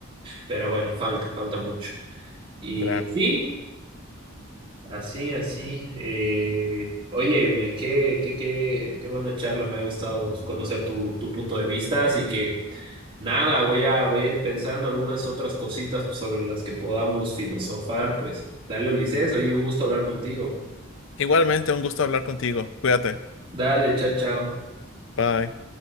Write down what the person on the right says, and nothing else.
Pero bueno, falta, falta mucho. Y
así. Así, así. Eh, oye, me, qué, qué, qué, qué buena charla. Me ha gustado conocer tu, tu punto de vista. Así que nada, voy a, voy a ir pensando algunas otras cositas sobre las que podamos filosofar. Pues dale, Ulises. Oye, un gusto hablar contigo.
Dale, chao, chao.